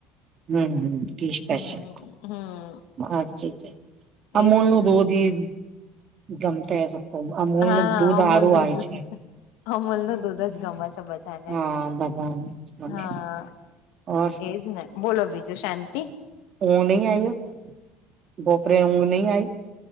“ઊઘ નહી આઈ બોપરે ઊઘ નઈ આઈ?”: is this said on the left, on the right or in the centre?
Right